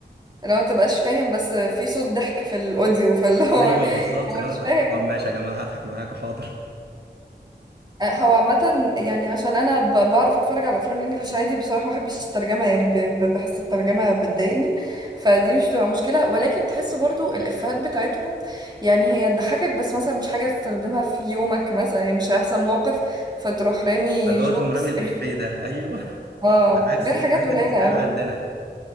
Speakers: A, on the right; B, on the right.
A: لو ما تبقاش فاهم بس في صوت ضحك في الاوديو فاللي هو
B: ايوه بالظبط
A: <laughs>
B: اللي هو
A: مش
B: طب
A: فاهم
B: طب ماشي يا جماعة هضحك معاكوا حاضر
A: آه، هو عامة يعني عشان أنا ب- بعرف أتفرج على أفلام الإنجليش عادي بصراحة ما بحبش الترجمة يعني ب- ب- بحس الترجمة بتضايقني فدي مش بتبقى مشكلة ولكن تحس برضو الإفيهات بتاعتهم يعني هي تضحكك بس مثلا مش حاجة تستخدمها في يومك مثلا يعني مش هيحصل موقف فتروح رامي
B: <laughs> فاللي
A: جوكس
B: هو تقوم رامي الافيه
A: غير
B: ده ايوه
A: اه
B: على عكس
A: غير
B: الافيهات
A: حاجات قليلة
B: اللي بتتقال
A: قوي
B: عندنا